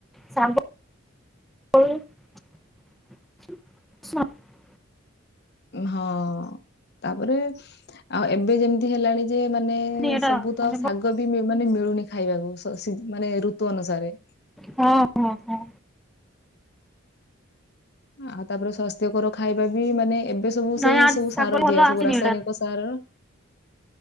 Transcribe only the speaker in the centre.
ଶାଗ <inaudible>
ଏଇଟା
ମାନେ
ହଁ, ହଁ, ହଁ।
ନାଇଁ
ଆ
ଶାଗ
ଭଲ
ଆସିନି
ଏଇଟା